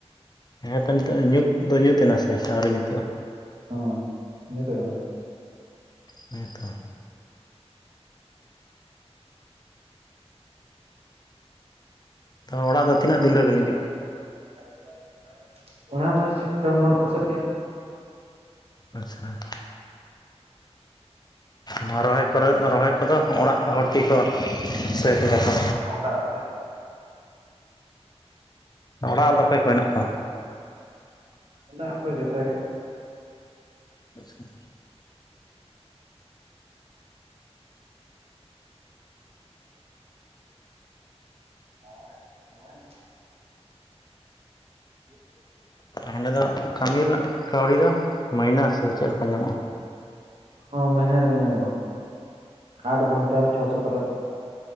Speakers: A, on the left (about 40°); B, on the right (about 65°).
A: ᱦᱮᱸ ᱛᱚ ᱱᱤᱛᱚᱜ ᱧᱩᱛ ᱫᱚ ᱧᱩᱛ ᱮᱱᱟ ᱥᱮ ᱟᱹᱣᱨᱤ ᱧᱩᱛᱚᱜᱼᱟ?
B: ᱦᱚᱸ ᱧᱩᱛ ᱠᱟᱱᱟ᱾
A: ᱦᱮᱸ ᱛᱷᱚ ᱛᱚ ᱚᱲᱟᱜ ᱫᱚ ᱛᱤᱱᱟᱹᱜ ᱫᱤᱱ ᱨᱮᱵᱤᱱ
B: <unintelligible> ᱚᱲᱟᱜ ᱱᱚᱜᱚᱭ ᱥᱮᱯᱴᱮᱢᱵᱚᱨ ᱠᱚ ᱥᱮᱫ ᱜᱮ᱾
A: ᱟᱪᱪᱷᱟ, ᱱᱚᱣᱟ ᱨᱚᱦᱚᱭ ᱠᱚ ᱨᱮ ᱨᱚᱦᱚᱭ ᱠᱚ ᱫᱚ ᱚᱲᱟᱜ ᱦᱚᱲ ᱛᱮ ᱜᱮ ᱠᱚ ᱥᱟᱹᱛ ᱫᱟᱠᱚ
B: ᱤᱧ ᱦᱚ ᱚᱲᱟᱜ ᱨᱮᱜᱮ
A: ᱚᱲᱟᱜ ᱨᱮᱫᱚ ᱚᱠᱚᱭ ᱠᱚ ᱦᱮᱱᱟᱜ ᱠᱚᱣᱟ?
B: ᱦᱮᱸᱱᱟᱜ ᱠᱚ ᱡᱷᱚᱛ ᱜᱮ᱾
A: <inaudible>
B: <unintelligible> ᱟᱪᱪᱷᱟ ᱟᱪᱪᱷᱟ,
A: ᱚᱸᱰᱮ ᱫᱚ ᱠᱟᱹᱢᱤ ᱨᱮᱱᱟᱜ ᱠᱟᱹᱣᱰᱤ ᱫᱚ ᱢᱟᱹᱭᱱᱟᱹ ᱥᱮ ᱪᱮᱫ ᱞᱮᱠᱟ ᱧᱟᱢᱚᱜᱼᱟ?
B: ᱦᱚᱸ ᱢᱟᱹᱭᱦᱱᱟᱹ ᱨᱮ ᱜᱮ ᱧᱟᱢᱚᱜᱼᱟ᱾ ᱟᱴ ᱜᱷᱚᱱᱴᱟ ᱨᱮ ᱪᱷᱚᱥᱚ ᱠᱟᱛᱮᱫ᱾